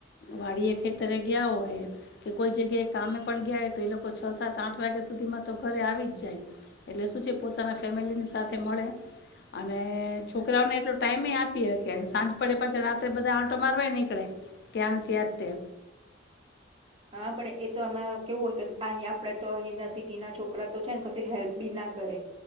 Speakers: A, on the left (about 55°); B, on the right (about 30°).
A: વાડી એ ખેતરે ગયા હોય કે કોઈ જગ્યાએ કામે પણ ગયા હોય તો એ લોકો છ સાત આઠ વાગ્યા સુધીમાં તો ઘરે આવી જ જાય એટલે શું છે પોતાના ફેમિલીની સાથે મળે અને છોકરાઓને એટલો ટાઈમે આપીએહકીયે કે સાંજ પડે પછી રાત્રે બધા આંટો મારવાય નીકળે ત્યાંને ત્યાંતે
B: હા પણ એ તો આમાં કેવું હોય કે અહી આપડે તો અહી સિટીના છોકરા તો છે ને કી હેલ્પ બી ના કરે